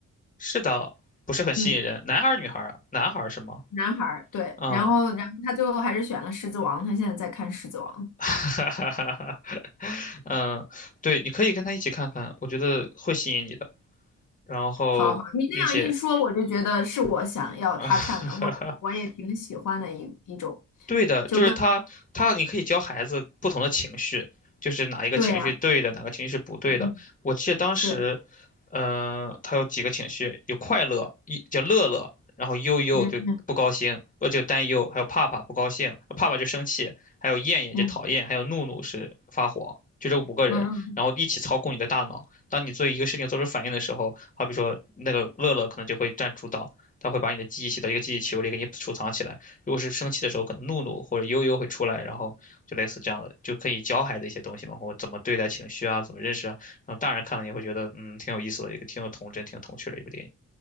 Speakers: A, on the left; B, on the left.
A: 是的，不是很吸引人，
B: 嗯，
A: 男孩儿女孩儿啊？男孩儿是吗？
B: 男孩儿，对。
A: 嗯，
B: 然后，然后他最后还是选了《狮子王》，他现在在看《狮子王》。
A: <laughs> 哈哈哈哈。嗯，对，你可以跟他一起看看，我觉得会吸引你的。然后，
B: 好好，你那样一说，
A: 并且
B: 我就觉得是我想要他看的，
A: 啊，<laughs>
B: 或者是我也挺喜欢的一一种，
A: 对的，
B: 就跟
A: 就是他，他你可以教孩子不同的情绪，就是哪一个情绪是对的，
B: 对呀、
A: 哪个情绪是不对的。
B: 嗯，
A: 我记得当时，
B: 对。
A: 嗯、他有几个情绪，有快乐，一叫乐乐，然后悠悠就不高兴，
B: 嗯
A: 呃，就担忧，还有怕怕不高兴，怕怕就生气，还有厌厌就讨厌，
B: 嗯
A: 还有怒怒是发火，就这五个人，
B: 嗯嗯，
A: 然后一起操控你的大脑。当你做一个事情做出反应的时候，好比说那个乐乐可能就会占主导，他会把你的记忆写到一个记忆球里，给你储藏起来。如果是生气的时候，可能怒怒或者悠悠会出来，然后就类似这样的，就可以教孩子一些东西嘛，或怎么对待情绪啊，怎么认识啊。然后大人看了也会觉得，嗯，挺有意思的，一个挺有童真、挺有童趣的一部电影。